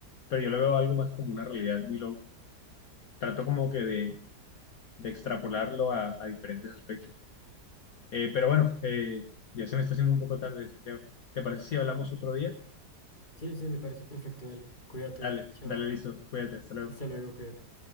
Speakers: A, on the left (about 60°); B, on the left (about 25°).
A: pero yo lo veo algo más como una realidad y lo trato como que de, de extrapolarlo a, a diferentes aspectos. Eh, pero bueno, eh, ya se me está haciendo un poco tarde, Santiago. ¿Te parece si hablamos otro día?
B: Sí, sí, me parece perfecto, dale. Cuídate,
A: Dale,
B: chao.
A: dale, listo, cuídate, hasta luego.
B: Hasta luego, cuídate.